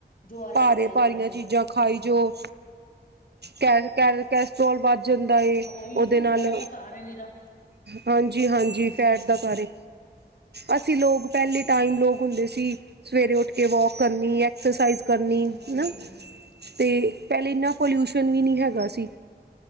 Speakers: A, on the left; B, on the right.
A: ਜੋ ਆ ਰਿਹਾ
B: ਭਾਰੇ
A: ਉਹੀ ਖਾਈ
B: ਭਾਰੀਆਂ
A: ਜਾ ਰਹੇ
B: ਚੀਜ਼ਾਂ
A: ਆ।
B: ਖਾਈ
A: ਹੂੰ,
B: ਜੋ, ਕ ਕੈਸਟ੍ਰੋਲ ਵੱਧ ਜਾਂਦਾ ਏ,
A: ਉਹੀ
B: ਉਹਦੇ
A: ਹੈ ਨਾ
B: ਨਾਲ,
A: ਫੈਟ ਦਾ ਘਰ ਹੈ ਨਿਰਾ।
B: ਹਾਂਜੀ ਹਾਂਜੀ ਫੈਟ
A: ਹੂੰ,
B: ਦਾ ਕਾਰ ਅਸੀਂ ਲੋਕ ਪਹਿਲੇ ਟਾਈਮ ਲੋਕ ਹੁੰਦੇ ਸੀ, ਸਵੇਰੇ ਉੱਠ ਕੇ ਵੋਕ ਕਰਨੀ ਏ ਐਕਸਰਸਾਈਜ਼ ਕਰਨੀ ਹੈ
A: ਹੂੰ,
B: ਨਾ, ਤੇ ਪਹਿਲੇ ਇੰਨਾ ਪੋਲਿਊਸ਼ਨ ਵੀ ਨਹੀਂ ਹੈਗਾ ਸੀ